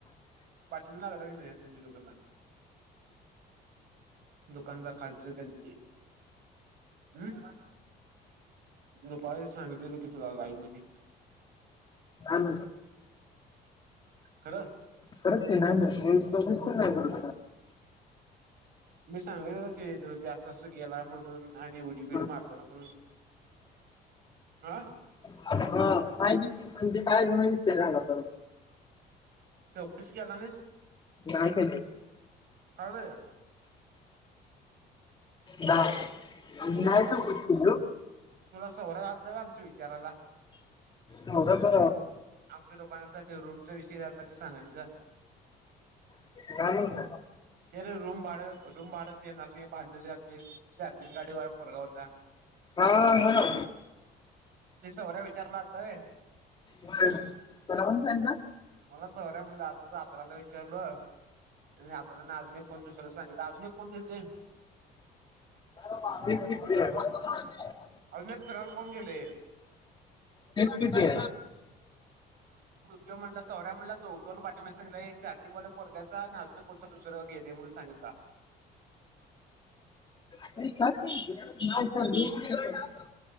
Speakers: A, on the right (about 65°); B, on the left (about 25°).
A: पाठीमाग लागला काय नाही. <unintelligible> <inaudible> दुकानदार खालच ते हम्- नु पा सांगले होत की तुला लाई म्हणेे
B: हम
A: खरां
B: करत त नाही म वस त वीस तर नाही करू
A: मी सांगल होत क तु जास्त असं गेला म्हणून आणि उडी बिडी
B: काय
A: मारलेला म्हणून हा
B: हा माती म्हणजे काय नाहीित ते चांगा परत
A: चवकशी केला नाहीस
B: कायक
A: अग वय
B: दयत कुतो
A: तुला सोरां जातं का आमच्या विचाराला
B: मझ तो
A: आमच्या दुकानासाठी रूम विषय झालता ते सांगालचा
B: नाही म्हणला
A: अरे रूम भाडत रूम बाढत येणार नाही भांडच्या खातर चार्जिंग गाडी वा फोरगा होता
B: हा ह ना
A: दिस वऱ्या विचारलाताय
B: कोला पण फ ना
A: मला सोर्या म्हणलं असंत्राला विचारलं आ अजून एक को दुसऱला सांगितलं अजून एक कोण घेतले
B: श
A: अजूनक फिराल कोण गेले
B: हेेततीे
A: किं म्हणला सौऱ्याणला दो दोन बातम्या सगितत एक चार्जिंगवाले पोर्याचा आणि अजून एक कोणं दुसरं गेणून सांगितला
B: का